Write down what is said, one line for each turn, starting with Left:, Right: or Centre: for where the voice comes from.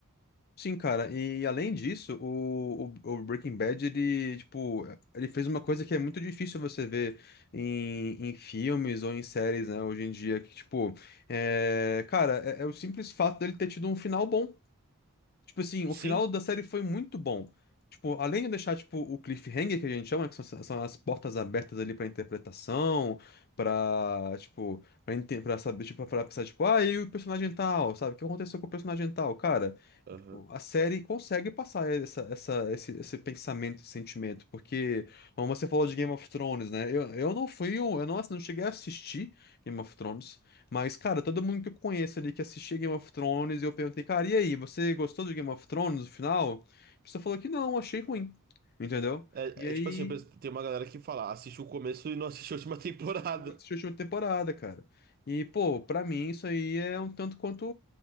Left: Sim, cara, e além disso, o, o, o Breaking Bad, ele, tipo, ele fez uma coisa que é muito difícil você ver em, em filmes ou em séries, né, hoje em dia, que, tipo, é, cara, é, é o simples fato dele ter tido um final bom. Tipo assim,
Right: Sim.
Left: o final da série foi muito bom. Tipo, além de deixar, tipo, o cliffhanger, que a gente chama, que são, são as portas abertas ali pra interpretação, pra, tipo, pra, ente- pra saber, tipo, pra pensar, tipo, ah, e o personagem tal, sabe? O que aconteceu com o personagem tal? Cara,
Right: Aham.
Left: a série consegue passar essa, essa, esse, esse pensamento, esse sentimento, porque, como você falou de Game of Thrones, né? Eu, eu não fui, um- eu não, ass- não cheguei a assistir Game of Thrones, mas, cara, todo mundo que eu conheço ali que assistia Game of Thrones, eu perguntei, cara, e aí, você gostou de Game of Thrones no final? A pessoa falou que não, achei ruim, entendeu?
Right: É,
Left: E aí.
Right: é tipo assim, eu penso- tem uma galera que fala, assiste o começo e não assiste a última <laughs> temporada.
Left: na última temporada, cara. E, pô, pra mim isso aí é um tanto quanto